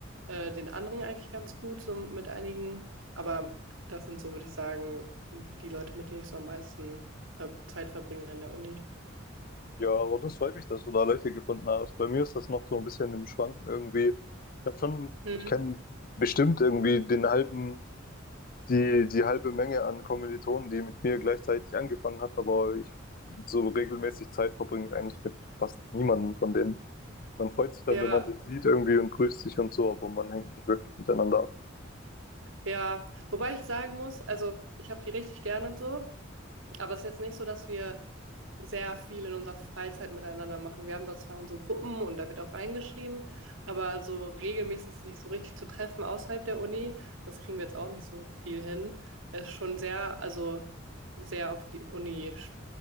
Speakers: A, on the right; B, on the left.
A: äh, den anderen eigentlich ganz gut, so mit einigen. Aber das sind so, würde ich sagen, die Leute, mit denen ich so am meisten ver Zeit verbringe an der Uni.
B: Ja, aber das freut mich, dass du da Leute gefunden hast. Bei mir ist das noch so ein bisschen im Schwanken irgendwie. Ich habe schon,
A: Hm.
B: ich kenne bestimmt irgendwie den halben, die, die halbe Menge an Kommilitonen, die mit mir gleichzeitig angefangen hat, aber ich so regelmäßig Zeit verbringe ich eigentlich mit fast niemandem von denen. Man freut sich dann,
A: Ja,
B: wenn man sich sieht irgendwie und grüßt sich und so, aber man hängt nicht wirklich miteinander ab.
A: ja. Wobei ich sagen muss, also ich habe die richtig gern und so, aber es ist jetzt nicht so, dass wir sehr viel in unserer Freizeit miteinander machen. Wir haben da zwar unsere Gruppen und da wird auch reingeschrieben, aber so regelmäßig sich so richtig zu treffen außerhalb der Uni, das kriegen wir jetzt auch nicht so viel hin. Es ist schon sehr, also sehr auf die Uni sp-